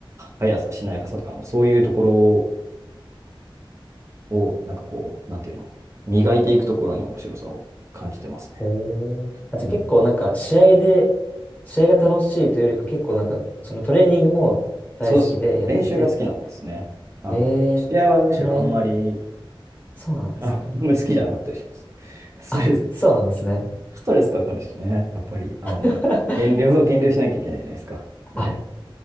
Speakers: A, on the right (about 30°); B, on the left (about 15°).
A: 速さ、しなやかさとか、なんかそういうところを、なんかこう、なんていうの、磨いていくところに面白さを感じてますね。
B: えーあ、じゃあ結構なんか試合で、
A: うん。
B: 試合が楽しいというよりか結構なんかそのトレーニングも大好きでやっててって。
A: そうですね。練習が好きな方ですね。あの、
B: えー。
A: 試合はむしろあんまり、
B: そのえん、そうなんですね。
A: あんまり好きじゃなかったりします。<laughs> ストレス、
B: あ、そうなんですね。
A: ストレスかかるしね。やっぱり、あの、
B: <laughs>
A: 減量、減量しなきゃいけないじゃないですか。で、
B: あ、